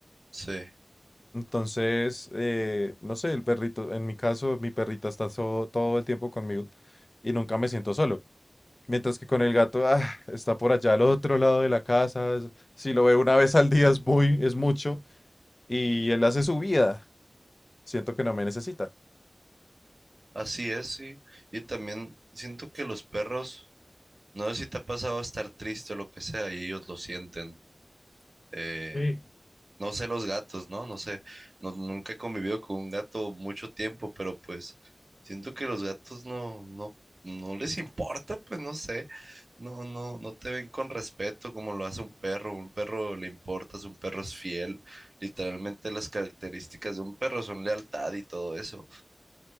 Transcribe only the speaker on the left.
Entonces, eh, no sé, el perrito, en mi caso, mi perrita está so- todo el tiempo conmigo y nunca me siento solo. Mientras que con el gato, ah, está por allá al otro lado de la casa. es- Si lo veo una vez al día es muy, es mucho. Y él hace su vida. Siento que no me necesita.
Sí.